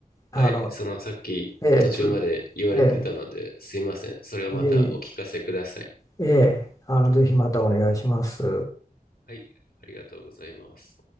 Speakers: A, on the left; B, on the left.
A: はい、
B: あの、
A: そのさっき途中まで言われてたので、
B: えーつ、え
A: すいません。それをまたお聞かせください。
B: ーいえいえ、えーあの、ぜひまたお願いします。
A: はい、ありがとうございます。